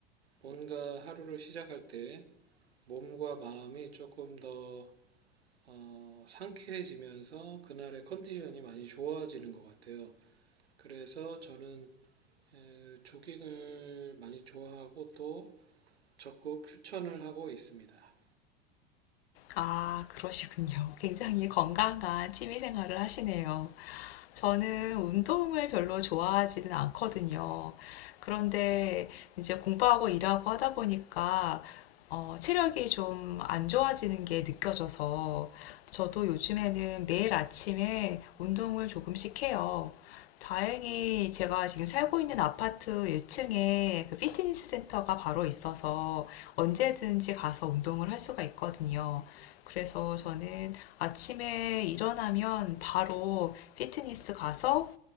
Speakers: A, on the right; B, on the left.
A: 뭔가 하루를 시작할 때 몸과 마음이 조금 더 어, 상쾌해지면서 그날의 컨디션이 많이 좋아지는 것 같아요. 그래서 저는 에, 조깅을 많이 좋아하고 또 적극 추천을 하고 있습니다.
B: 아, 그러시군요. 굉장히 건강한 취미 생활을 하시네요. 저는
A: 네,
B: 운동을 별로 좋아하지는 않거든요. 그런데
A: 네.
B: 이제 공부하고 일하고 하다 보니까 어, 체력이 좀 안 좋아지는 게 느껴져서 저도 요즘에는 매일 아침에 운동을 조금씩 해요. 다행히 제가 지금 살고 있는 아파트 1층에 그 피트니스 센터가 바로 있어서 언제든지 가서 운동을 할 수가 있거든요. 그래서 저는 아침에 일어나면 바로 피트니스 가서